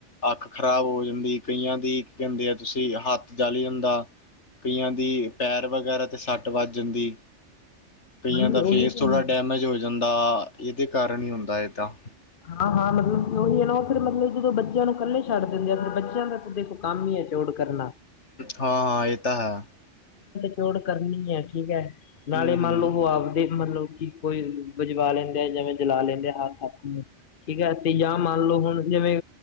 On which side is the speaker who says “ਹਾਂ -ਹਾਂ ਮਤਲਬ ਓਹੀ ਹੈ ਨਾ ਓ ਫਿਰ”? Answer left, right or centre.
Left